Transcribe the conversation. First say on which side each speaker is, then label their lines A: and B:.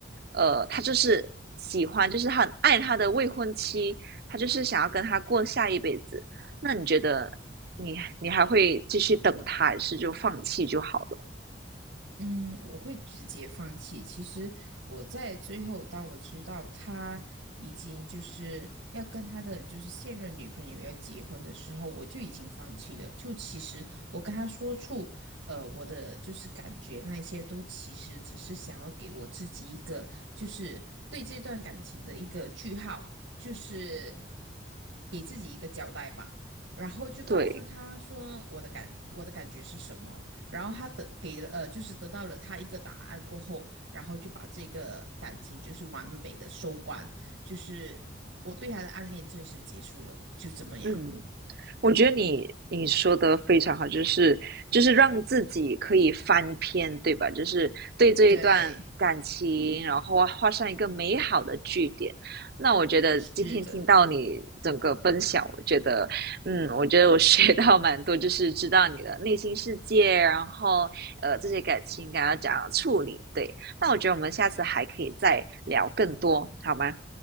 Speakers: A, on the right (about 55°); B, on the right (about 85°).
A: 呃，他就是喜欢，就是他很爱他的未婚妻，他就是想要跟他过下一辈子。那你觉得你你还会继续等他，还是就放弃就好了？
B: 嗯，我会直接放弃。其实我在最后，当我知道他已经就是要跟他的就是现任女朋友要结婚的时候，我就已经放弃了。就其实我跟他说出，呃，我的就是感觉那一些都其实只是想要给我自己一个就是对这段感情的一个句号，就是给自己一个交代吧。然后就告诉他说我的感我的感觉是什么。
A: 对，
B: 然后他得给了呃，就是得到了他一个答案过后，然后就把这个感情就是完美的收官，就是我对他的暗恋正式结束了，就这么样。
A: 嗯。我觉得你你说的非常好，就是就是让自己可以翻篇，对吧？就是对这一段感情，
B: 对，
A: 然后画画上一个美好的句点。那我觉得今天听到你整个分享，
B: 是的，
A: 我觉得，嗯，我觉得我学到蛮多，就是知道你的内心世界，然后呃，这些感情应该要怎样处理。对，那我觉得我们下次还可以再聊更多，好吗？